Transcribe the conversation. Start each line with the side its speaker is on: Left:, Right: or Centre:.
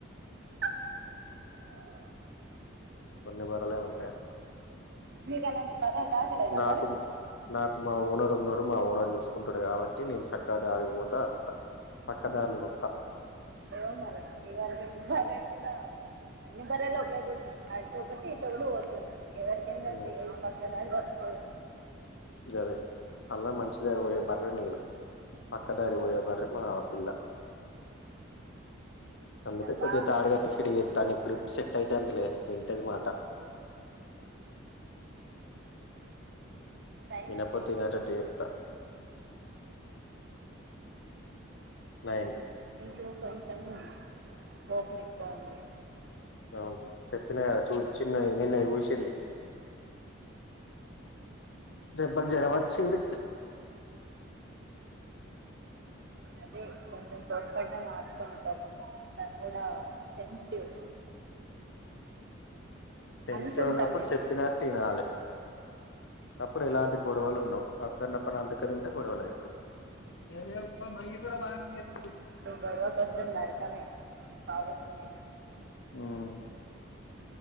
Right: <inaudible>
Left: కొన్ని బర్రెలే ఉంటాయి అక్కడ
Right: మీకు అలాంటి బర్రెలు దాకలేదా
Left: నాకు
Right: మరి
Left: నాకు మా ఓనర్ ఉన్నా మా ఓనర్ చూసుకుంటాడు కాబట్టి నేను చక్క దారి పోత అట్ట పక్కదారులు తోక్క
Right: ఏవో మరి ఇయాన్ రేపు ఈ బర్రె కూడా అన్ని బర్రె లు ఒకే రూట్ అటు ఒకటి ఇటు ఒకటి పోతది ఎవరికిి ఎం తెలుసు
Left: ఉమ్
Right: ఏది పక్కదారి పట్తదో
Left: ఇదే అలా మంచి గా పోయే బర్రె ను నేను పక్కదారి పోయే బర్రె మా పిల్ల అందుకే
Right: బాగుంది
Left: కొద్దిగా తాడు కట్టి సిడిగిెస్తాను ఇప్పుడు ఇప్పుడు అట్టయితే అంతలేదు వింటది మాట
Right: టైం
Left: వినకపోతే వినేటట్టు చేప్తా నైన్
Right: మీకు కొంచెం కోపం ఎక్కువండీ
Left: అవును చెప్పినా కదా చూ చిన్న నిన్న చూసింది దెబ్బకి జ్వరం వచ్చింది
Right: అదే కొంచెం పడిన మార్చుకుంది పాపం తన కూడా సెన్సిటివ్
Left: సెన్సిటివ్
Right: అనుకుంటా
Left: ఉన్నప్పుడు
Right: మేబీ
Left: చెప్పినట్టు ఈనాలే అప్పుడు ఎలాంటి గొడవలు ఉండవు వద్దన్నప్డు అంతక తింటే గొడవలు అయితయి అదే ఉప్మా మా అయ్య కూడా బానే చేతడు
Right: అ గొడవ కొంచెం నరకమే కావచ్చు మీకు
Left: హుమ్